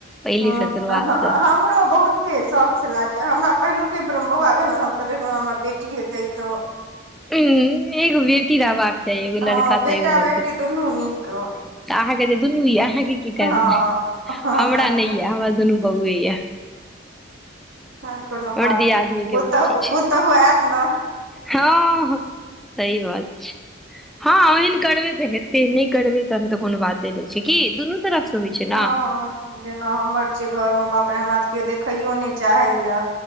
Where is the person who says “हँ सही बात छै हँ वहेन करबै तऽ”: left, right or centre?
Centre